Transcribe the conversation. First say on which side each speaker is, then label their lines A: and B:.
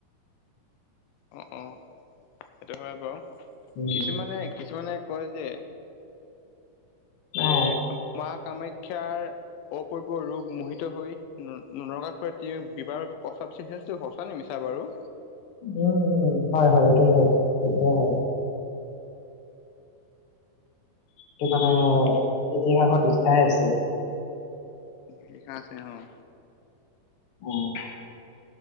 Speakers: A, on the left (about 80°); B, on the left (about 60°).
A: অ অ সেইটো হয় বাৰু
B: উম
A: কিছুমানে কিছুমানে কয় যে এ
B: অ
A: মা কামাখ্যাৰ অপূপূ ৰোগ মোহিত হৈ ন নৰগা খুৰা বিবাৰৰ বাবে পচাবিছে শেষ টো সঁচা নি মিছা বাৰু
B: উম উম হয় হয় এইটো হয় সেইটোয়ে হয় কি মানে ইতিহাসত লিখাই আছে
A: লিখা আছে অ',
B: উম,